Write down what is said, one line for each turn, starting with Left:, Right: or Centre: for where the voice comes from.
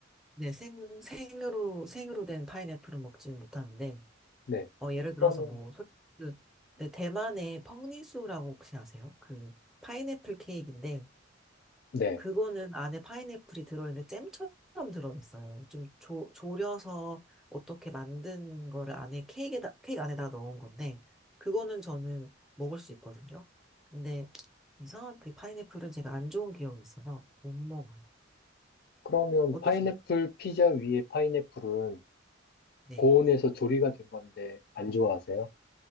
Centre: 네, 생, 생으로, 생으로 된 파인애플은 먹지는 못하는데,
Left: 네.
Centre: 어, 예를 들어서
Left: 그러면,
Centre: 뭐, 소- 그, 네, 대만의 펑리수라고 혹시 아세요? 그, 파인애플 케이크인데,
Left: 네.
Centre: 그거는 안에 파인애플이 들어있는데 잼처럼 들어있어요. 좀 조, 졸여서 어떻게 만든 거를 안에 케이크에다, 케이크 안에다 넣은 건데, 그거는 저는 먹을 수 있거든요. 근데 이상한 그 파인애플은 제가 안 좋은 기억이 있어서 못 먹어요.
Left: 그러면
Centre: 어떠세요?
Left: 파인애플 피자 위에 파인애플은
Centre: 네.
Left: 고온에서 조리가 된 건데 안 좋아하세요?